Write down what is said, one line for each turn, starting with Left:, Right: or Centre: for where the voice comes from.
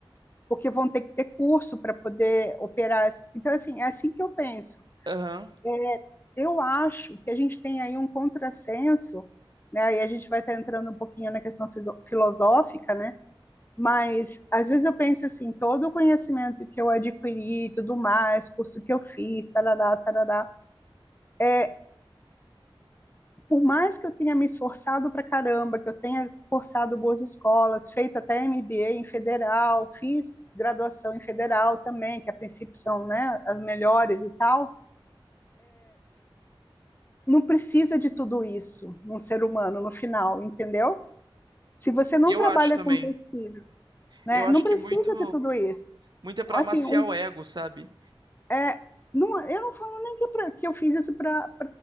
Left: Porque vão ter que ter curso para poder operar. Então, assim, é assim que eu penso.
Right: Aham.
Left: é, eu acho que a gente tem aí um contrassenso, né? E a gente vai estar entrando um pouquinho na questão fiso- filosófica, né? Mas às vezes eu penso assim, todo o conhecimento que eu adquiri, e tudo mais, curso que eu fiz, tarará, tarará, é, por mais que eu tenha me esforçado pra caramba, que eu tenha cursado boas escolas, feito até MBA em federal, fiz graduação em federal também, que a princípio são, né, as melhores e tal, não precisa de tudo isso num ser humano no final, entendeu? Se você não
Right: Eu
Left: trabalha
Right: acho também.
Left: com pesquisa, né?
Right: Eu acho
Left: Não precisa
Right: que muito
Left: de tudo isso.
Right: muito é pra
Left: Assim,
Right: amaciar
Left: um,
Right: o ego, sabe?
Left: é, não, eu não falo nem que, eu pra- que eu fiz isso para